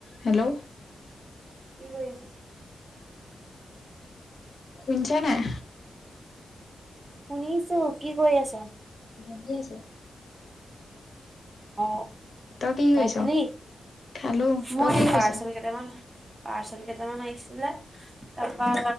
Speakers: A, on the left (about 55°); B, on the right (about 30°).
A: Hello?
B: কি কৰি আছে?
A: শুনছা নাই?
B: শুনিছোঁ, কি কৰি আছা?
A: বহি আছো।
B: অ,
A: তই কি কৰিছ?
B: ভাত খালি?
A: খালো।
B: মই
A: তই কি কৰিছ?
B: পাৰ্চেল কেইটামান পাৰ্চেল কেইটামান আহিছিলে তাৰপা